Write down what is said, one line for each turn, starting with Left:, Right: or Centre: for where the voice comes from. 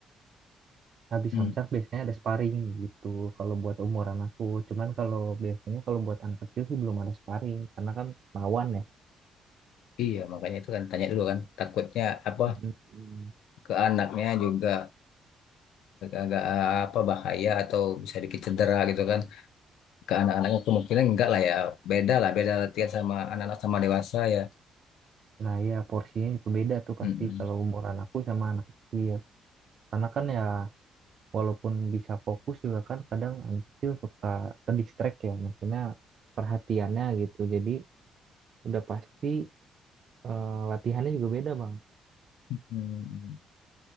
Right: habis
Left: Hmm.
Right: samsak biasanya ada sparring gitu kalau buat umuran aku cuman kalau biasanya kalau buat anak kecil sih belum ada sparring karena kan lawan ya
Left: Iya makanya itu kan tanya dulu kan takutnya apa
Right: Hmm.
Left: ke anaknya juga agak apa bahaya atau bisa dikit cedera gitu kan. ke anak-anaknya kemungkinan enggak lah ya beda lah beda latihan sama anak-anak sama dewasa ya
Right: nah ya porsinya juga beda tuh pasti
Left: Mm-mm.
Right: kalau umuran aku sama anak kecil karena kan ya walaupun bisa fokus juga kan kadang anak kecil suka ke distract ya maksudnya perhatiannya gitu jadi udah pasti eh, latihannya juga beda bang
Left: Mm.